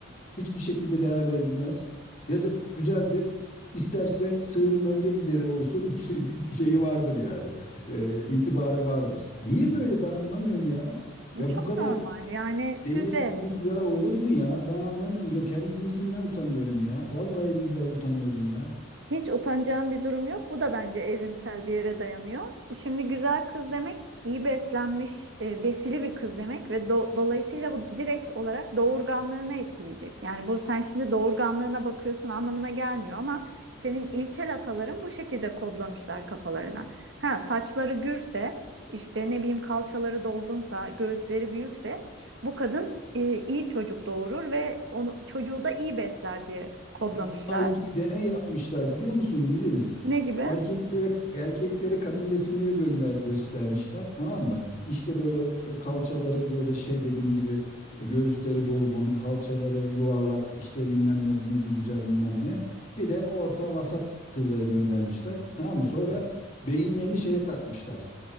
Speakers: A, on the left; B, on the right.
A: hiçbir şekilde değer verilmez. Ya da güzeldir. İsterse sığırın önde gideri olsun <laughs> bir şeyi vardır yani. Ee, itibarı vardır. Niye böyle ben anlamıyorum ya. Ya
B: Çok
A: bu kadar
B: normal yani siz
A: seviyesizlik
B: de
A: ya olur mu ya? Ben anlamıyorum ya. Kendi cinsimden utanıyorum ya. Vallahi billahi utanıyorum ya.
B: Hiç utanacağım bir durum yok. Bu da bence evrimsel bir yere dayanıyor. Şimdi güzel kız demek iyi beslenmiş, e, besili bir kız demek ve do- dolayısıyla bu direkt olarak doğurganlığını etkileyecek. Yani bu sen şimdi doğurganlığına bakıyorsun anlamına gelmiyor ama senin ilkel ataların bu şekilde kodlamışlar kafalarına. Ha saçları gürse, işte ne bileyim kalçaları dolgunsa, göğüsleri büyükse bu kadın e, iyi çocuk doğurur ve onu çocuğu da iyi besler diye kodlamışlar.
A: Ya bununla ilgili deney yapmışlar biliyor musun Güliz?
B: Ne gibi?
A: Erkeklere erkeklere kadın resimleri gönder göstermişler tamam mı? İşte böyle e, kalçaları böyle şey dediğin gibi e, göğüsleri dolgun, kalçaları yuvarlak, işte bilmem ne yüzü güzel bilmem ne. Bir de orta vasat kızları göndermişler. Tamam mı? Sonra beyinlerini şeye takmışlar